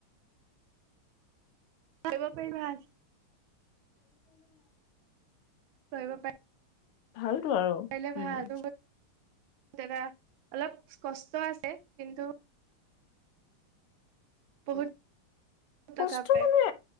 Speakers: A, on the right; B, on the left.
A: কৰিব প ভাল
B: উম
A: তব
B: ভালতো আৰু
A: পাৰে ভাল
B: উম
A: দাদা অলপ কষ্ট আছে কিন্তু বহুত
B: কষ্ট
A: টকা পায়
B: মানে